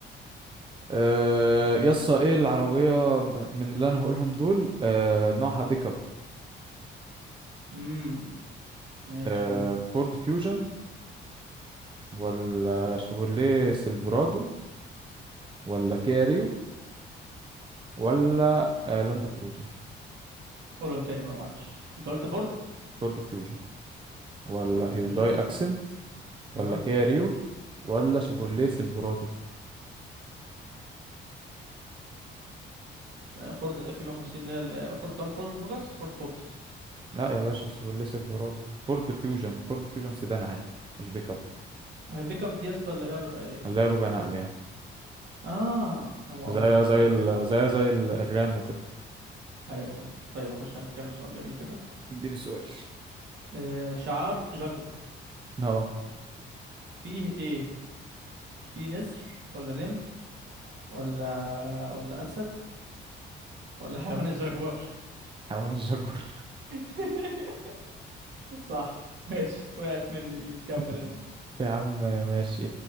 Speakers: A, on the right (about 25°); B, on the right (about 65°).
A: آه... يسا ايه العربية ب- من اللي انا هقولهم دول آه... نوعها بيك اب
B: امم ماشي
A: آه...
B: قول
A: فورد فيوجن ولا شيفروليه سيلفرادو ولا كيا ريو ولا آه... لاند كروزر
B: قولهم تاني بقى معلش انت قلت فورد
A: فورد فيوجن ولا
B: فورد
A: هيونداي
B: فيوجن
A: اكسنت ولا
B: اه
A: كيا ريو ولا شيفورليه سيلفرادو
B: فورد اف 150 اللي هي ال- فورد قلت فورد فوكس فورد فوكس
A: لا يا باشا شيفورليه سيلفرادو فورد فيوجن فورد فيوجن سيدان عادي مش بيك اب
B: هو البيك اب دي يا اسطى اللي هي بيبقى ايه
A: اللي هي ربع نقل يعني
B: اه لا مؤاخذة
A: زي زي
B: صح
A: ال... زي زي ال- الرام وكده
B: ايوه فهمتك طيب اخش عليك انا بسؤال جميل كده
A: اديني سؤال
B: آه شعار جاكور
A: اه
B: فيه ايه فيه نسر ولا نمر ولا ولا اسد ولا حيوان الجاكور
A: حاول الشجر
B: <laughs> صح ماشي وقعت مني دي كمل
A: <laughs>
B: انت
A: يا عم ماشي